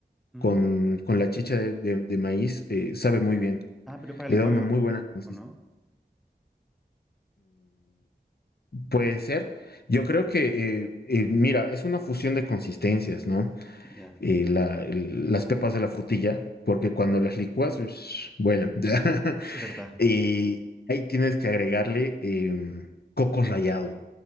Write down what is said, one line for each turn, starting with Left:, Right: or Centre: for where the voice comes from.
Centre: ¿Mm?
Left: con, con la chicha de, de- de maíz, eh, sabe muy bien,
Centre: Ah, pero es para
Left: le
Centre: licuarlo,
Left: da una muy buena consistencia.
Centre: ¿o no?
Left: puede ser. Yo creo que, eh, eh, mira, es una fusión de consistencias, ¿no?
Centre: Ya,
Left: Eh, la- el- las pepas de la frutilla, porque cuando las licuas, ush, vuelan. <laughs>
Centre: es verdad.
Left: Y ahí tienes que agregarle em, coco rallado.